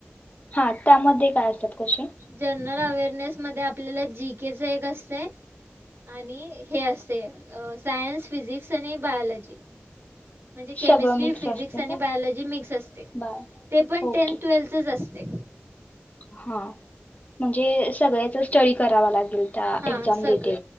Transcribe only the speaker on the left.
हा त्यामध्ये काय असतात. क्वेश्चन
सगळं मिक्स
असतं
का
बर
ओके
हा म्हणजे सगळ्याचं स्टडी करावा लाग <unintelligible>
एक्झाम
देते.